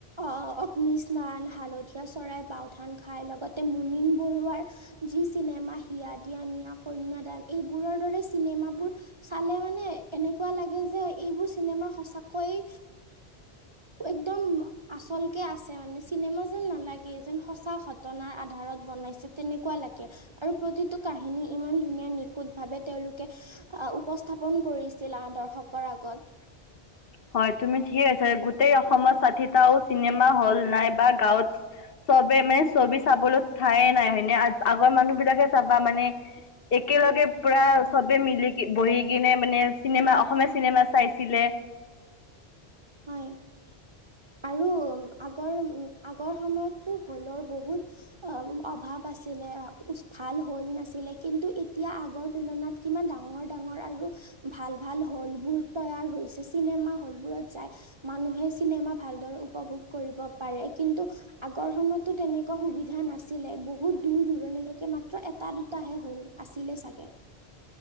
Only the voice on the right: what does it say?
অহ অগ্নি স্নান হালধীয়া চৰাই বাওধান, খাই লগতে মুনিন বৰুৱাৰ যি চিনেমা হিয়া দিয়া নিয়া, কন্যাদান এইবোৰৰ দৰে চিনেমাবোৰ চালে মানে এনেকুৱা লাগে যে এইবোৰ চিনেমা সঁচাকৈয়ে একদম আচলকে আছে মানে চিনেমা যেন নালাগে যেন সঁচা ঘটনাৰ আধাৰত বনাইছে তেনেকুৱা লাগে। আৰু প্ৰতিটো কাহিনী ইমান ধুনীয়া নিখুঁত ভাৱে তেওঁলোকে আহ উপস্থাপন কৰিছিল আদৰ্শকৰ আগত।
অ হয়
হয় আৰু। আগৰ আগৰ সময়তটো হলৰ বহুত অ' অভাৱ আছিলে ভাল হল নাছিলে কিন্তু এতিয়া আগৰ তুলনাত। কিমান ডাঙৰ ডাঙৰ আৰু ভাল ভাল হল বোৰ তৈয়াৰ হৈছে চিনেমা হল বোৰত যাই মানুহে চিনেমা ভালদৰে উপভোগ কৰিব পাৰে কিন্তু আগৰ সময়ততো তেনেকুৱা সুবিধা নাছিলে বহুত দূৰ দূৰণিলৈকে মাত্ৰ এটা দুটা তাহে হল আছিলে চাগে।